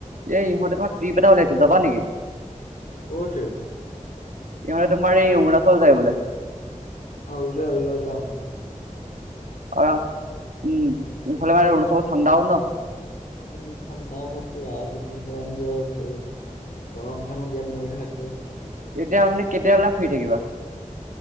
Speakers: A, on the right; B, on the left.
A: এই ইহঁতে তোৰ ট্ৰিপ এটা ওলাইছে যাবা নেকি?
B: কৰ ট্ৰিপ?
A: ইঁহতে তোমাৰ এই অৰুণাচল যায় বোলে।
B: আমি দুটাই একেলগত যাওঁ।
A: আৰু উম, ইফালে মানে অৰুণাচল ঠাণ্ডাও ন।
B: উম, ঠাণ্ডা বহুত এনজয় কৰিম। গৰম খনত ইয়াত মৰি থাকাতকৈ।
A: এতিয়া মানে কেতিয়ালে ফ্ৰী থাকিবা?